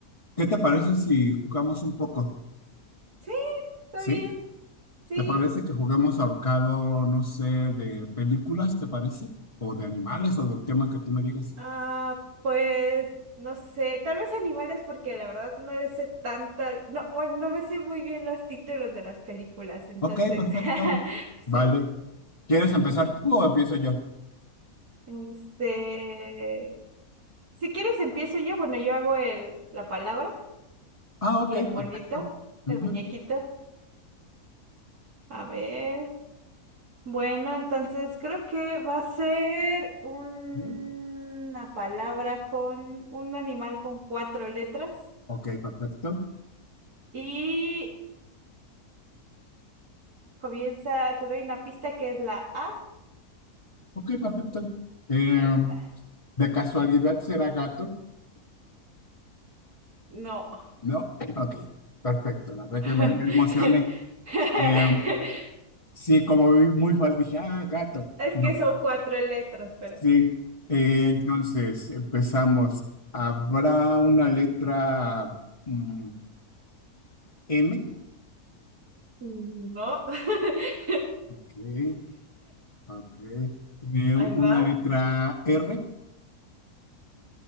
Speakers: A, on the left; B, on the right.
A: ¿Qué te parece si jugamos un poco?
B: Sí, está
A: ¿Sí?
B: bien, sí.
A: ¿Te parece que jugamos ahorcado, no sé, de películas, te parece? O de animales o del tema que tú me digas.
B: Ah, pues no sé, tal vez animales porque la verdad no le sé tanta, no, bueno, no me sé muy bien los títulos de las películas, entonces,
A: Ok, perfecto.
B: <laughs>
A: Vale.
B: sí.
A: ¿Quieres empezar tú o empiezo yo?
B: Este, si quieres empiezo yo, bueno, yo hago el la palabra
A: Ah, ok,
B: y el monito,
A: perfecto. Ujú,
B: el muñequito. A ver. Bueno, entonces creo que va a ser una
A: ujú.
B: palabra con un animal con cuatro letras
A: Ok, perfecto.
B: y comienza, te doy una pista que es la A.
A: Ok, perfecto. Eh,
B: Ahí está.
A: de casualidad será gato,
B: No.
A: ¿no? Ok, perfecto. La verdad
B: <laughs>
A: que me, me emocioné. Eh, sí, como vi muy fácil, dije, ah, gato.
B: Es
A: No,
B: que son cuatro letras, pero
A: sí. Eh, entonces, empezamos. ¿Habrá una letra mm, M?
B: no. <laughs>
A: Ok, ok. Eh,
B: Ahí
A: una
B: va.
A: letra R,